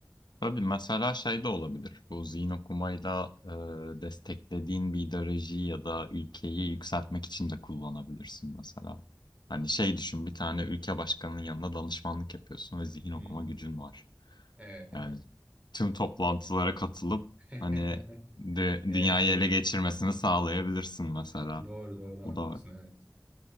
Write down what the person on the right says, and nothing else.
Hmm.
Evet, evet.
<laughs>
Evet, doğru.
Doğru, doğru. Haklısın,
evet.